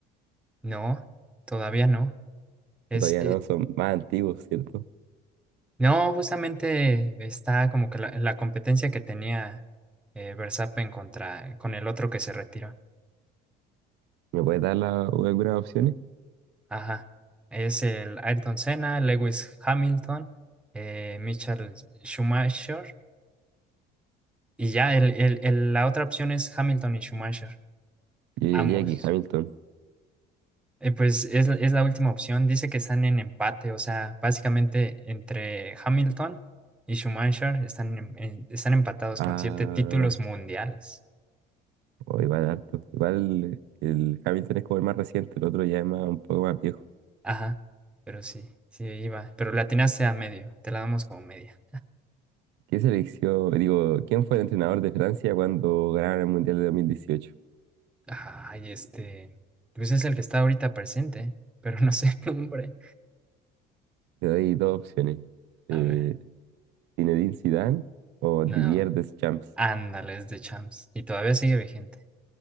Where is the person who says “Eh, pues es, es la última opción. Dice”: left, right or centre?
Centre